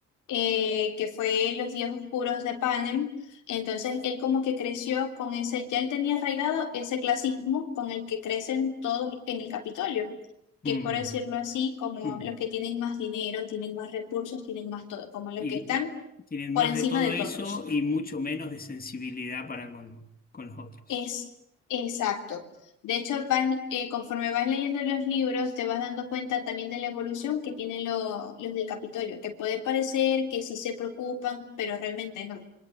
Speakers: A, on the left; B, on the left.
A: eh, que fue los días oscuros de Panem. Entonces, él como que creció con ese, ya él tenía arraigado ese clasismo con el que crecen todos en el Capitolio
B: Mm,
A: que es por decirlo así, como
B: mm.
A: los que tienen más dinero, tienen más recursos, tienen más todo, como los
B: Y,
A: que están
B: y tienen
A: por
B: más
A: encima
B: de todo
A: de
B: eso
A: todos.
B: y mucho menos de sensibilidad para con, con los otros.
A: Es exacto. De hecho, vas- eh, conforme vas leyendo los libros, te vas dando cuenta también de la evolución que tienen lo- los del Capitolio, que puede parecer que sí se preocupan, pero realmente no.